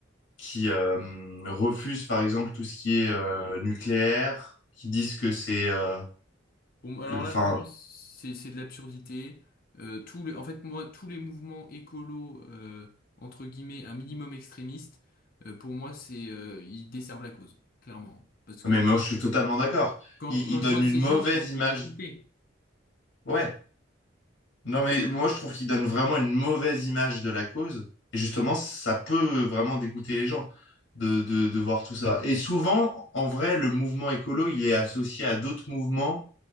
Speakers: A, on the left; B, on the left.
A: qui euh, refusent par exemple tout ce qui est euh, nucléaire, qui disent que c'est euh,
B: Pour moi- alors
A: que enfin
B: là, pour moi, c'est c'est de l'absurdité. Euh, tout le, en fait, moi, tous les mouvements écolos, euh, entre guillemets, un minimum extrémiste, euh, pour moi, c'est, euh, ils desservent la cause, clairement. Parce que
A: mais
B: moi,
A: moi je suis totalement d'accord.
B: Quand,
A: Ils,
B: quand
A: ils
B: je
A: donnent
B: vois
A: une
B: ces
A: mauvaise
B: gens, j'ai envie
A: image.
B: de les insulter.
A: Ouais. Non mais moi je trouve qu'ils donnent vraiment une mauvaise image de la cause et justement ça peut vraiment dégoûter les gens de, de, de voir tout ça. Et souvent en vrai le mouvement écolo, il est associé à d'autres mouvements